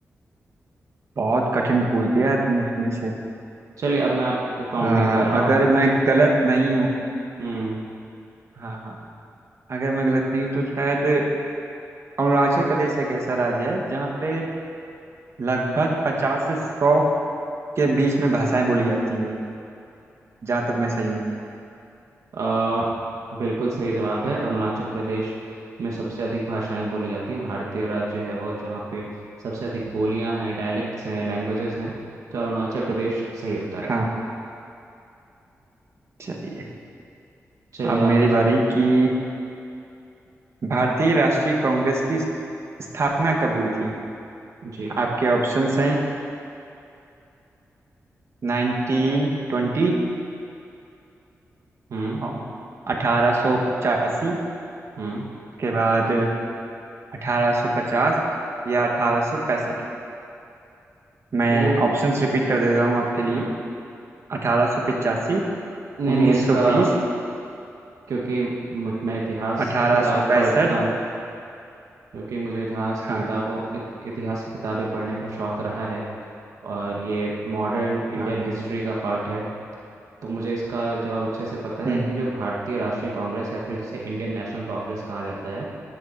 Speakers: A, on the right (about 55°); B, on the right (about 80°).
A: बहुत कठिन पूछ दिया तुमने तुमने से
B: चलिए अब मैं आपको काउंटिंग
A: अ,
B: कर रहा हूँ
A: अगर मैं गलत नहीं हूँ
B: हम्म
A: हाँ हाँ अगर मैं गलत नहीं हूँ तो शायद अरुणाचल प्रदेश एक ऐसा राज्य है जहाँ पे लगभग पचास से सौ के बीच में भाषाएं बोली जाती हैं जहाँ तक मैं सही हूँ
B: अ, बिल्कुल सही जवाब है अरुणाचल प्रदेश में सबसे अधिक भाषाएं बोली जाती हैं भारतीय राज्य है वो जहाँ पे सबसे अधिक बोलियां हैं डायलेक्ट्स हैं लैंग्वेजेस हैं तो अरुणाचल प्रदेश सही उत्तर है
A: हाँ चलिए
B: चलिए
A: अब
B: अब आप
A: मेरी
B: पूछिए
A: बारी कि भारतीय राष्ट्रीय कांग्रेस की स्थापना कब हुई थी
B: जी
A: आपके ऑप्शंस हैं नाइनटीन ट्वेंटी
B: हम्म
A: हाँ अठारह सौ पचासी
B: हम्म
A: उसके बाद अठारह सौ पचास या अठारह सौ पैंसठ मैं
B: तो
A: ऑप्शंस रिपीट कर दे रहा हूँ आपके
B: हम्म
A: लिए अठारह सौ पचासी
B: नहीं
A: उन्नीस
B: नहीं इसका
A: सौ बीस
B: जी क्योंकि मुझ मैं इतिहास
A: अठारह
B: की किताब
A: सौ पैंसठ
B: पढ़ता हूँ क्योंकि मुझे इतिहास की
A: हाँ
B: किताबों इत, इतिहास की किताबें पढ़ने का शौक रहा है और ये मॉडर्न इंडियन
A: हाँ हाँ
B: हिस्ट्री का पार्ट है तो मुझे इसका जवाब अच्छे से पता है
A: हम्म
B: कि जो भारतीय राष्ट्रीय कांग्रेस या फिर जिसे इंडियन नेशनल कांग्रेस कहा जाता है